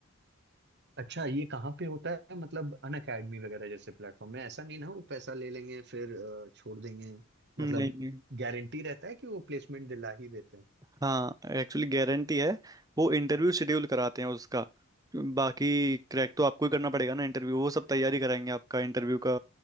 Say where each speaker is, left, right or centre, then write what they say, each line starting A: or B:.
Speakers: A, on the right; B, on the right.
A: अच्छा ये कहाँ पे होता है मतलब अन अकेडमी वगैरह जैसे प्लेटफॉर्म में ऐसा नहीं ना वो पैसा ले लेंगे फिर अ, छोड़ देंगे
B: नहीं
A: मतलब
B: नहीं
A: गारंटी रहता है कि वो प्लेसमेंट दिला ही देते हैं
B: हाँ एक्चुअली गारंटी है वो इंटरव्यू शेड्यूल कराते हैं उसका बाकी क्रैक तो आपको ही करना पड़ेगा ना इंटरव्यू वो सब तैयारी कराएंगे आपका इंटरव्यू का